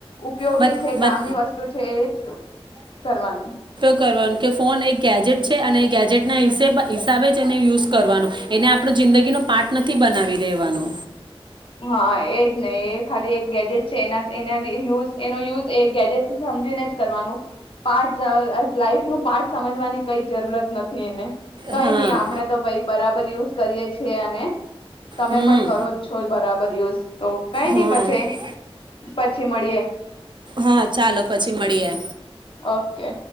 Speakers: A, on the left (about 60°); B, on the right (about 50°).
A: ઉપયોગી
B: મત
A: છે
B: મત
A: કામની વસ્તુ છે એ જ કરવાની
B: કરવા ફોન એક ગેજેટ છે અને એ ગેજેટના હીસે હિસાબે એને યુઝ કરવાનો એને જિંદગીનો પાર્ટ નથી બનાવી દેવાનો
A: હા એજ ને એ ખાલી એક ગેજેટ છે એ એના યુઝ એનો યુઝ એ ગેજેટ સમજીને જ કરવાનું પાર્ટ લાઈફ ન પાર્ટ સમજવાની કઈ જરૂરત નથી એને કઈ
B: હા
A: નહી આપડણે તો ભાઈ બરાબર યુઝ કરીએ છીએ અને તમે
B: હમ
A: પણ કરો જ બરાબર <unintelligible> તો કઈ નહી
B: હા
A: પછી, પછી મળીએે.
B: હા ચાલો પછી મળીએ
A: ઓકે.